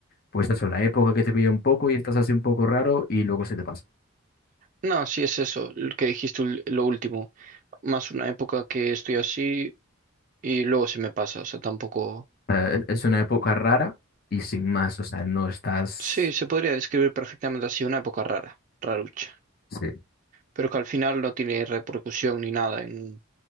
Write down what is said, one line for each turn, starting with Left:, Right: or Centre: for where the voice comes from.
Left: pues eso, la época que te pilla un poco y estás así un poco raro y luego se te pasa?
Right: No, sí es eso, lo que dijiste ul- lo último. Más una época que estoy así y luego se me pasa, o sea, tampoco...
Left: O sea, e- es una época rara y sin más, o sea, no estás,
Right: Sí, se podría describir perfectamente así, una época rara, rarucha.
Left: sí,
Right: pero que al final no tiene repercusión ni nada en,